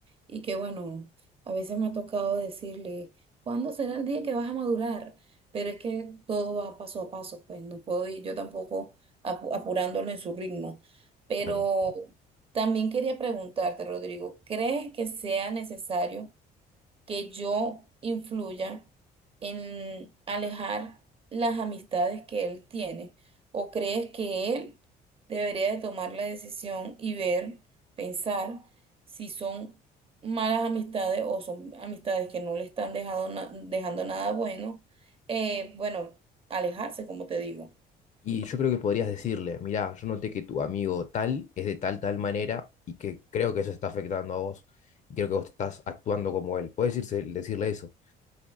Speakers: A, on the right; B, on the left.
A: y que bueno, a veces me ha tocado decirle, ¿cuándo será el día que vas a madurar? Pero es que todo va paso a paso, pues no puedo ir yo tampoco apu- apurándolo en su ritmo. Pero
B: Claro.
A: también quería preguntarte, Rodrigo, ¿crees que sea necesario? que yo influya en alejar las amistades que él tiene? ¿O crees que él debería de tomar la decisión y ver, pensar si son malas amistades o son amistades que no le están dejado na- dejando nada bueno? Eh, bueno, alejarse, como te digo.
B: Y yo creo que podrías decirle, mirá, yo noté que tu amigo tal es de tal, tal manera y que creo que eso está afectando a vos. y Creo que vos estás actuando como él. Puedes decirle eso.